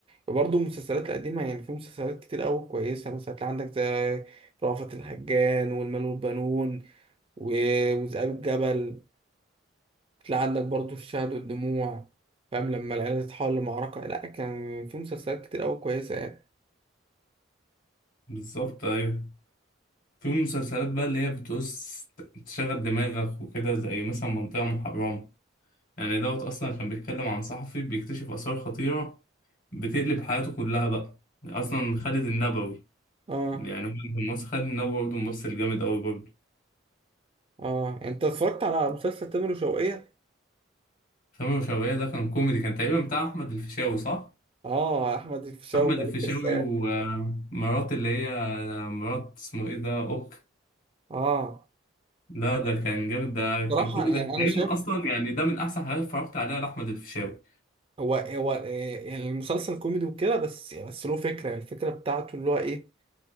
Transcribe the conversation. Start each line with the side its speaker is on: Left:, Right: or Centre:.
Right: وبرضه المسلسلات القديمه يعني في مسلسلات كتير قوي كويسه مثلا هتلاقي عندك زي رأفت الهجان والمال والبنون و- وذئاب الجبل تلاقي عندك برضه الشهد والدموع فاهم لما العيله تتحول لمعركه لا كان في مسلسلات كتير قوي كويسه يعني
Left: بالظبط ايوه في مسلسلات بقى اللي هي بتوس تشغل دماغك وكده زي مثلا منطقة محرمة يعني دوت أصلا كان بيتكلم عن صحفي بيكتشف آثار خطيرة بتقلب حياته كلها بقى أصلا خالد النبوي
Right: اه
Left: يعني هو كان ممثل خالد النبوي برضه ممثل جامد أوي برضه
Right: اه يعني انت اتفرجت على مسلسل تامر وشوقية
Left: سامي وشوية ده كان كوميدي كان تقريبا بتاع أحمد الفيشاوي صح؟
Right: اه احمد الفيشاوي
Left: أحمد
Right: ومالك
Left: الفيشاوي
Right: الساعة
Left: ومرات اللي هي مرات اسمه إيه ده أوك
Right: اه
Left: لا ده
Right: يعني
Left: كان جامد ده كان
Right: بصراحه
Left: كله
Right: يعني
Left: ده تقريبا
Right: انا شايف
Left: أصلا يعني ده من أحسن حاجات اتفرجت عليها لأحمد الفيشاوي
Right: هو هو آه، المسلسل كوميدي وكده بس يعني، بس له فكرة الفكرة بتاعته اللي هو ايه